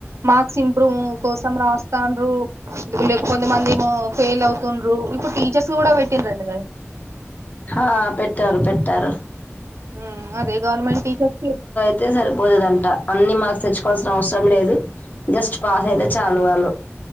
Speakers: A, on the right; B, on the left.
A: మార్క్స్ ఇంప్రూవ్ కోసం రాస్తడ్రు కొంతమంది ఏమో ఫెయిల్ అవుతుండ్రు ఇప్పుడు టీచర్స్ కూడా పెట్టిందంట కదా
B: ఆ పెట్టారు పెట్టారు
A: ఉ అదీ ఏ గవర్నమెంట్ టీచర్స్ కీ
B: అంతే సరిపోతదంట అన్ని మార్క్స్ తెచ్చుకోవాల్సిన అవసరం లేదు జస్ట్ పాస్ అయితే చాలు వాళ్ళు